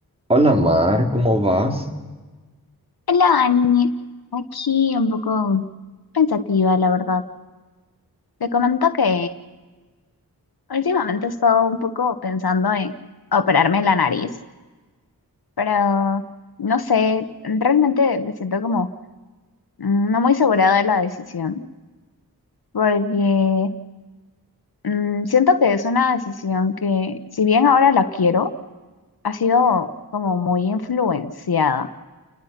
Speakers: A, on the right; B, on the left.
A: Hola Mar, ¿cómo vas?
B: Hola, Dani. Aquí un poco pensativa, la verdad. Te comento que últimamente he estado un poco pensando en operarme la nariz, pero no sé, realmente me siento como mm, no muy segura de la decisión, porque mm, siento que es una decisión que, si bien ahora la quiero, ha sido como muy influenciada.